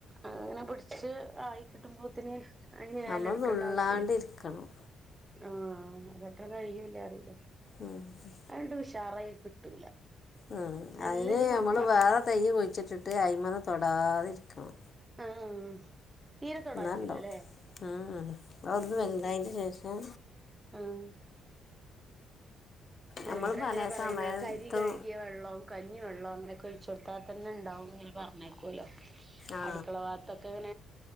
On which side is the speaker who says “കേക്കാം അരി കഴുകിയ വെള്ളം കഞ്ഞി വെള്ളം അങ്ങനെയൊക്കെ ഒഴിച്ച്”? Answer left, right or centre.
Right